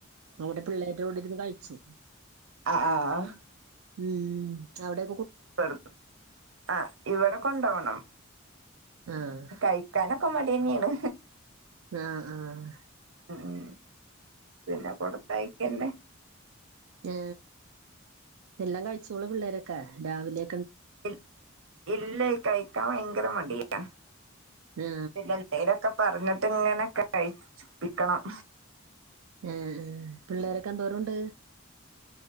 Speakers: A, on the right; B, on the right.
A: അവിടെ പിള്ളേരുടെഡിരുന്ന കഴി ച്ചു
B: ആ ആ
A: ഉം അവിടെ
B: <unintelligible> ആ ഇവിടെ കൊണ്ടകണം
A: ആഹ്
B: കഴിക്കാന മടി തന്നെയാണ്
A: ആഹ് ആഹ്
B: ഉം ഉം പിന്നെ കൊടുത്തായിക്കന്നെ
A: ആ എല്ലാം കഴിച്ചോള പിള്ളേര ക്ക രാവിലെ
B: ഇ ഇല്ല കഴിക്കാ ഭയങ്കര മടിയ
A: ആഹ്
B: പിന്നെ എന്തേലൊക്കെ പറഞ്ഞ ഇങ്ങനെക്കെ കഴിച്ചുപ്പിക്കണം
A: ആഏ പിള്ളേരൊക്കെ എന്തോരുണ്ട്